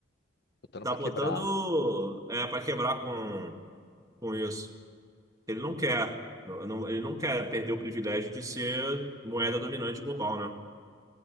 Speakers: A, on the left; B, on the right.
A: Botando
B: tá
A: para
B: botando
A: quebrar.
B: para quebrar com, com isso. Ele não quer, não- não- ele não quer perder o privilégio de ser moeda dominante global, né?